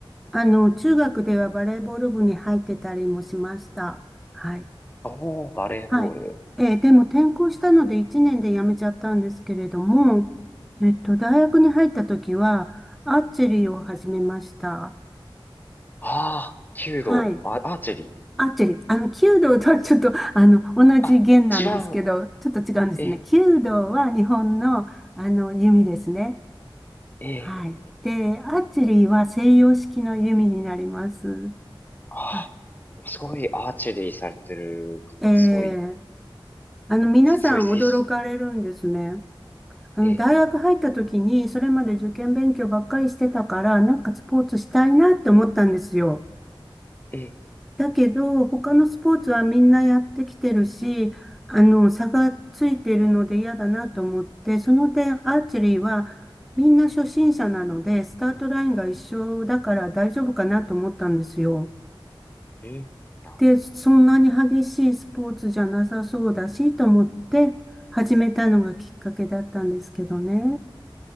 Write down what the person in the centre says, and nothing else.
あの、中学ではバレーボール部に入ってたりもしました。はい。
はい。えーでも転校したので1年で辞めちゃったんですけれども、えっと、大学に入った時は、アーチェリーを始めました。
はい。
アーチェリー。あの、弓道とはちょっと、あの、同じ弦なんですけど、
ちょっと違うんですね。
弓道は日本の、あの、弓ですね。
はい。
で、アーチェリーは西洋式の弓になります。
は
い。えー、
あの、皆さん驚かれるんですね。
あの、
大学入った時に、それまで受験勉強ばっかりしてたから、なんかスポーツしたいなって思ったんですよ。
だけど、他のスポーツはみんなやってきてるし、あの、差がついてるので嫌だなと思って、その点、アーチェリーはみんな初心者なので、スタートラインが一緒だから大丈夫かなと思ったんですよ。
で、そんなに激しいスポーツじゃなさそうだし、と思って始めたのがきっかけだったんですけどね。